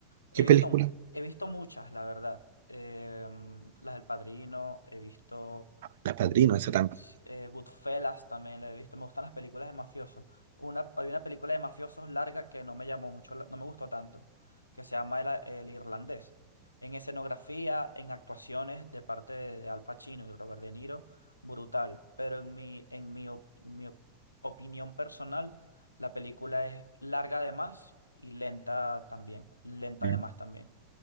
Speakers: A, on the left (about 80°); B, on the right (about 55°).
A: He
B: ¿Qué
A: visto,
B: película?
A: he visto muchas, la verdad. Em, las del Padrino, he visto
B: La Padrino, esa también.
A: Sí, eh, Goodfellas también la he visto. Me gustan las películas de mafiosos. Una, hay una película de mafiosos larga que no me llamó mucho, la- no me gustó tanto, que se llama El, El Irlandés. En escenografía, en actuaciones de parte de, de Al Pacino y Robert De Niro, brutal. Pero en mi, en mi, op- mi op- opinión personal, la película es larga de más y lenta también. Lenta
B: Mm.
A: de más también.